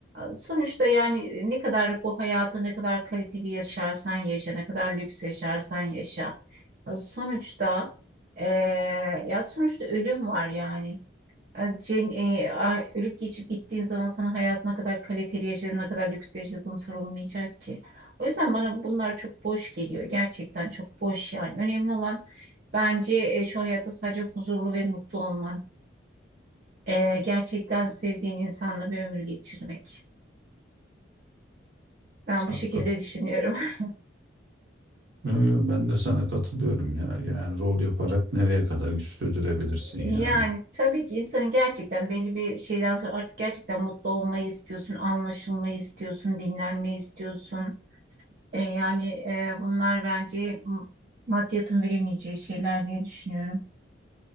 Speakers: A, on the right; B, on the right.
A: E, Sonuçta yani e, ne kadar bu hayata ne kadar kaliteli yaşarsan yaşa, ne kadar lüks yaşarsan yaşa. E, Sonuçta e, ya sonuçta ölüm var yani. E, Cen, e, a- ölüp geçip gittiğin zaman sana hayatına kadar kaliteli yaşadığın, ne kadar lüks yaşadığın sorulmayacak ki. O yüzden bana bunlar çok boş geliyor. Gerçekten çok boş yani. Önemli olan bence e, şu hayatta sadece huzurlu ve mutlu olman. E, gerçekten sevdiğin insanla bir ömür geçirmek. Ben
B: sana
A: bu şekilde
B: katılıyorum.
A: düşünüyorum. <laughs>
B: Yo, yo, Ben de sana katılıyorum ya. Yani rol yaparak nereye kadar güç sürdürebilirsin
A: Yani
B: yani.
A: tabii ki insanın gerçekten belli bir şeyden sonra artık gerçekten mutlu olmayı istiyorsun, anlaşılmayı istiyorsun, dinlenmeyi istiyorsun. E, yani e, bunlar bence m- maddiyatın veremeyeceği şeyler diye düşünüyorum.